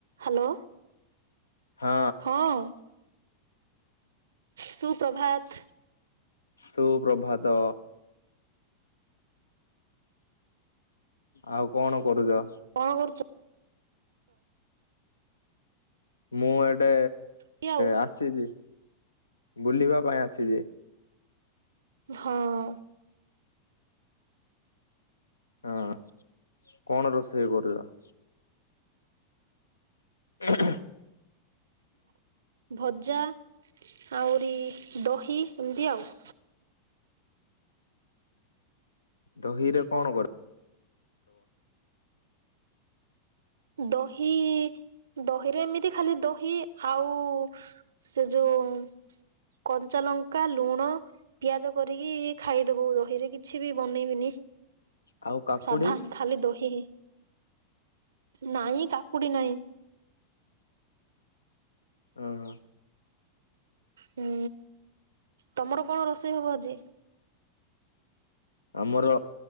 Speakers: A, on the right; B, on the left.
A: Hello
B: ହଁ
A: ହଁ ସୁପ୍ରଭାତ
B: ସୁପ୍ରଭାତ ଆଉ କଣ କରୁଛ?
A: କଣ କରୁଛ?
B: ମୁଁ ଏଠେ
A: କି ଆଉ
B: ଆସିଛି ବୁଲିବା ପାଇଁ ଆସିଛି
A: ହଁ
B: ହଁ କଣ ରୋଷେଇ କରିବା? ହେଁ ହେଁ
A: ଭଜା ଆହୁରି ଦହି ଏମିତି ଆଉ
B: ଦହି ରେ କଣ କର?
A: ଦହି ଦହିରେ ଏମିତି ଖାଲି ଦହି ଆଉ ସେ ଯୋଉ କଞ୍ଚା ଲଙ୍କା ଲୁଣ ପିଆଜ କରିକି ଖାଇଦବୁ ଦହିରେ କିଛି ବି ବନେଇବିନି
B: ଆଉ କାକୁଡି
A: ସାଧା ଖାଲି ଦହି ହିଁ ନାଇଁ କାକୁଡି ନାହିଁ।
B: ଓ ହୋ
A: ହୁଁ ତମର କଣ ରୋଷେଇ ହବ ଆଜି?
B: ଆମର